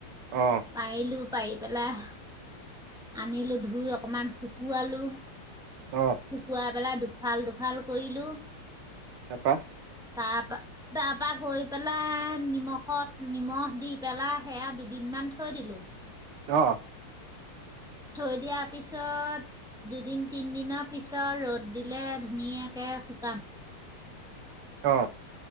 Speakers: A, on the right; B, in the centre.
A: অ
B: পাইলো, পাইলো। দি পেলাই আনিলো, ধুই অকণমান শুকুৱালো
A: অ
B: শুকুৱাই পেলা দু এফাল-দুফাল কৰিলো।
A: তাপা?
B: তাৰপা তাৰ পৰা গৈ পেলাই নিমখত নিমখ দি পেলাই সেয়া দুদিনমান থৈ দিলোঁ।
A: অ
B: থৈ দিয়াৰ পিছত দুদিন-তিনদিনৰ পিছত ৰ'দ দিলে ধুনীয়াকে শুকাম।
A: অ।